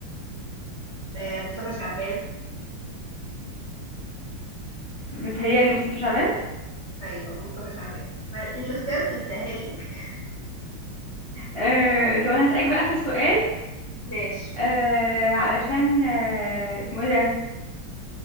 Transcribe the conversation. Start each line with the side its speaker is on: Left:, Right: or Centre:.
Right: آه مصطفى شعبان
Left: متهيألي مصطفى شعبان
Right: ايوه مصطفى شعبان آه، الاختيارات بتسهل لك
Left: آه... طب انا هسألك بقى اخر سؤال
Right: ماشي
Left: آه... علشان آه... اسمه ايه ده